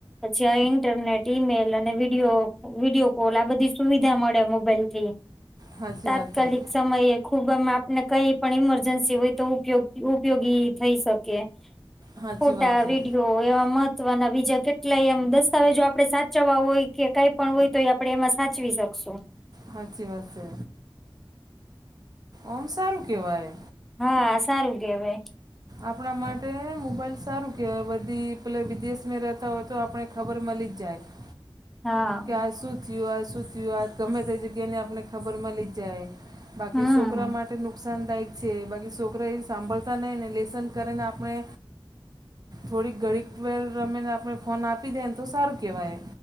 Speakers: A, in the centre; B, on the right.
A: પછી અ ઇન્ટરનેટ ઈમેલ અને વિડીયો વિડીયો કોલ આ બધી સુવિધા મળે મોબાઈલથી
B: સાચી
A: તાત્કાલિક
B: વાત છે
A: સમયે ખુબ આમ કઈ પણ ઈમરજન્સી હોય તો ઉપયોગ ઉપયોગી થઈ શકે
B: સાચી
A: ફોટા
B: વાત છે
A: વિડીયો એવા મહત્વના બીજા કેટલાય એમ દસ્તાવેજો આપડે સા ચવા હોય કે કઈ પણ હોય તો આપડે એમાં સાચવી શકશું.
B: હાચી વાત છે. ઓમ સારું કેવાય
A: હા સારું કેેવાય.
B: આપણા માટે મોબાઈલ સારું કેવાય બધી પેલે વિદેશ મેં રેતા હોય તો આપણે ખબર મલી જ જાય.
A: હા
B: કે આ શું થયું આ શું થયું આ ગમે તે જગ્યા ને આપને ખબર મલી જાય. બાકી
A: હમ
B: સોકરા માટે નું મેંસાનદાયક છે બાકી છોકરા એ સાંભળતા નહીં ને લેસન કરીને આપણે થોડીક ઘડીક વેર રમી આપણે ફોન આપી દેન તો સારું કેવાય.